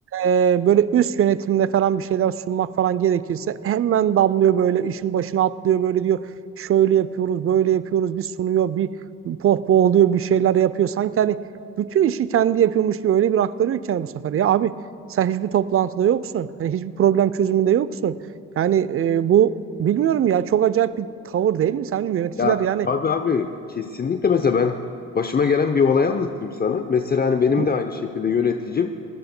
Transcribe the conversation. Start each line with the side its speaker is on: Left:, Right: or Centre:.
Right: e, böyle üst yönetimle falan bir şeyler sunmak falan gerekirse hemen damlıyor böyle işin başına atlıyor böyle diyor şöyle yapıyoruz, böyle yapıyoruz, bir sunuyor, bir pohpohluyor, bir şeyler yapıyor. Sanki hani bütün işi kendi yapıyormuş gibi öyle bir aktarıyor ki yani bu sefer. Ya abi sen hiçbir toplantıda yoksun. Hani hiçbir problem çözümünde yoksun. Yani e, bu bilmiyorum ya çok acayip bir tavır değil mi? Sence yöneticiler
Left: ya
Right: yani
Left: tabii abi kesinlikle mesela ben başıma gelen bir olay anlatayım sana. Mesela hani benim
Right: Hı
Left: de aynı şekilde yöneticim